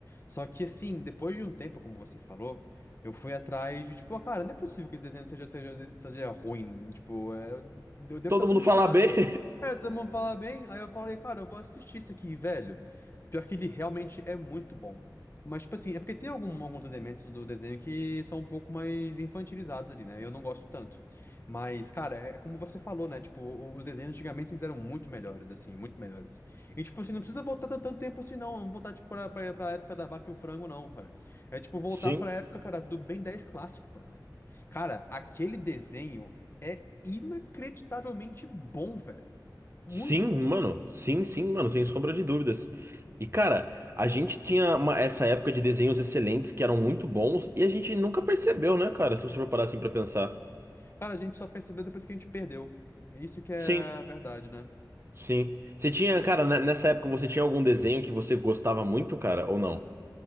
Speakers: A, on the left (about 35°); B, on the right (about 35°).
A: Só que assim, depois de um tempo, como você falou, eu fui atrás de, tipo, ah, cara, não é possível que esse desenho seja, seja, seja ruim. Tipo, é, eu devo
B: Todo
A: estar sendo
B: mundo
A: chato.
B: fala bem. <laughs>
A: É, todo mundo fala bem, aí eu falei, cara, eu vou assistir isso aqui, velho. Pior que ele realmente é muito bom. Mas, tipo assim, é porque tem algum- alguns elementos do desenho que são um pouco mais infantilizados ali, né? Eu não gosto tanto. Mas, cara, é como você falou, né? Tipo, os desenhos antigamente eles eram muito melhores, assim, muito melhores. E, tipo assim, não precisa voltar tanto tanto tempo assim, não. Não voltar, tipo, pra, pra, pra época da vaca e o frango, não, cara. É, tipo, voltar
B: Sim.
A: pra época, cara, do Ben dez clássico, por exemplo. Cara, aquele desenho é inacreditavelmente bom, velho. Muito
B: Sim,
A: bom.
B: mano. Sim, sim, mano, sem sombra de dúvidas. E, cara, a gente tinha uma- essa época de desenhos excelentes que eram muito bons e a gente nunca percebeu, né, cara? Se você for parar assim pra pensar.
A: Cara, a gente só percebeu depois que a gente perdeu. É Isso que é
B: Sim,
A: a verdade, né?
B: sim. Você tinha, cara, ne- nessa época você tinha algum desenho que você gostava muito, cara, ou não?